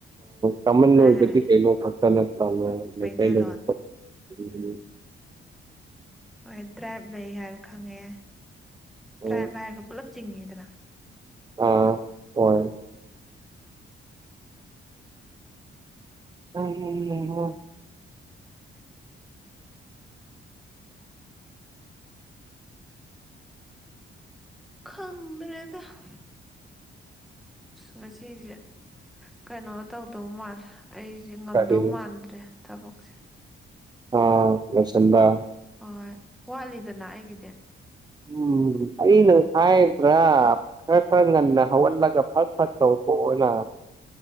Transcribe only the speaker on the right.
ꯀꯃꯟ
<unintelligible>
ꯎꯝ
ꯑꯥ ꯍꯣꯏ <unintelligible>
ꯀꯔꯤ
ꯑ <unintelligible>
ꯎꯝ ꯑꯩꯅ ꯍꯥꯏꯗ꯭ꯔꯥ ꯈꯔ ꯈꯔ ꯉꯟꯅ ꯍꯧꯒꯠꯂꯒ ꯐꯠ ꯐꯠ ꯇꯧꯊꯣꯛꯑꯣꯅ